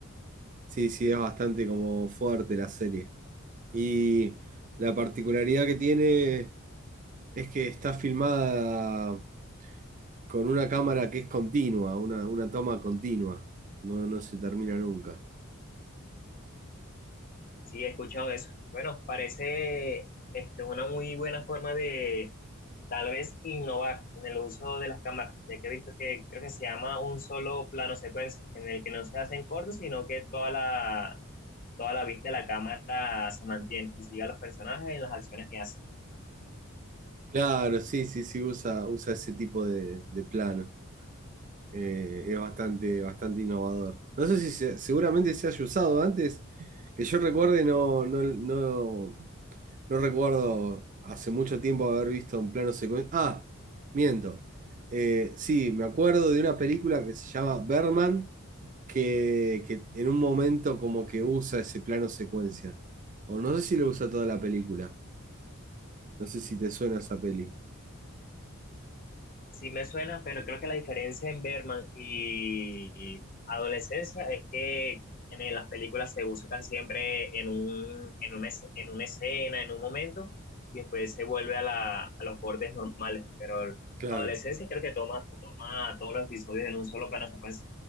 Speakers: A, on the right; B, on the left.
A: Sí, sí, es bastante como fuerte la serie. Y la particularidad que tiene es que está filmada con una cámara que es continua, una, una toma continua. No, no se termina nunca.
B: Sí, he escuchado eso. Bueno, parece este, una muy buena forma de tal vez innovar en el uso de las cámaras, ya que he visto que creo que se llama un solo plano secuencia, en el que no se hacen cortes, sino que toda la, toda la vista de la cámara se mantiene y sigue a los personajes en las acciones que hacen.
A: Claro, sí, sí, sí, usa, usa ese tipo de, de plano. Eh, es bastante, bastante innovador. No sé si se- seguramente se haya usado antes, que yo recuerde, no, no, no, No recuerdo hace mucho tiempo haber visto un plano secuencia. Ah, miento. Eh, sí, me acuerdo de una película que se llama Berman, que, que en un momento como que usa ese plano secuencia. O no sé si lo usa toda la película. No sé si te suena esa peli.
B: Sí me suena, pero creo que la diferencia en Berman y Adolescencia es que en eh, las películas se buscan siempre en un, en un es- en una escena, en un momento, y después se vuelve a, la, a los bordes normales. Pero
A: Claro.
B: Adolescencia creo que toma, toma todos los episodios en un solo plano secuencia.